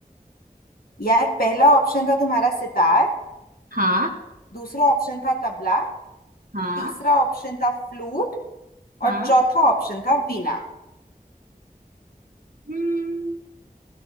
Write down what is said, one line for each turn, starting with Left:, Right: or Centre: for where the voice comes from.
Left: यार पहला ऑप्शन था तुम्हारा सितार
Right: हाँ
Left: दूसरा ऑप्शन था तबला
Right: हाँ
Left: तीसरा ऑप्शन था फ्लूट और
Right: हाँ
Left: चौथा ऑप्शन था वीणा
Right: हम्म